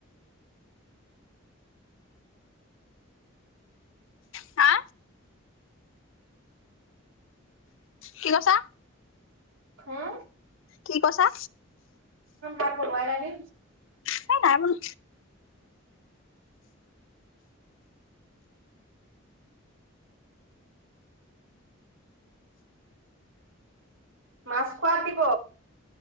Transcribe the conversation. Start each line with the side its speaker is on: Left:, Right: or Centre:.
Left: হা! কি কছা?
Right: উম,
Left: কি কৈছা?
Right: খা বনুৱাই নাই নে?
Left: হে নাই বনু
Right: মাছ খোৱাত দিব।